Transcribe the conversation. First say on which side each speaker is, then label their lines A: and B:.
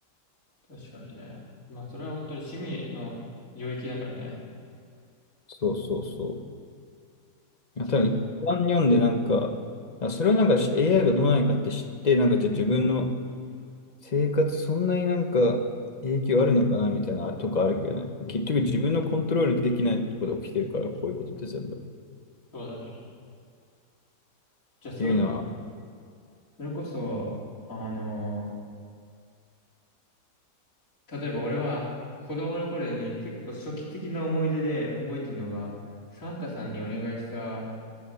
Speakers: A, on the left (about 50°); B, on the left (about 30°).
A: 確かにね。まあ、それは本当に趣味の領域だからね。
B: そうそうそう。いや多分一般読んでなんか、
A: そ
B: あそれはなんかし AI がどうなのかって知って、なんかじゃあ自分の生活そんなになんか影響あるのかなみたいなとかあるけどね。結局自分のコントロールできないところで起きてるから、こういうことって全部。っ
A: そうだね。じゃあ、それが
B: ていうのは、
A: それこそ、あの、例えば俺は子供の頃に結構初期的な思い出で覚えてるのが、サンタさんにお願いした